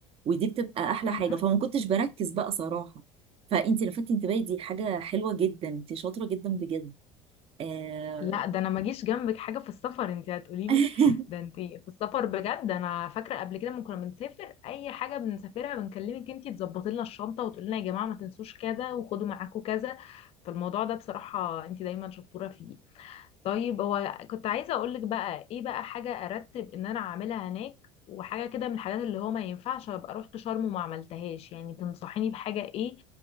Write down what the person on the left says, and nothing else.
مهم.
لا ده انا ما جيش جنبك حاجه في السفر انت هتقولي
لي ده انت في السفر بجد انا فاكره قبل كده لما كنا بنسافر اي حاجه بنسافرها بنكلمك انت تظبطي لنا الشنطه وتقولي لنا يا جماعه ما تنسوش كذا وخدوا معاكوا كذا فالموضوع ده بصراحه انت دايما شطوره فيه طيب هو كنت عايزة اقولك بقى ايه بقى حاجة ارتب ان انا اعملها هناك وحاجة كده من الحاجات اللي هو ما ينفعش ابقى رحت شرم وما عملتهاش يعني تنصحيني بحاجة ايه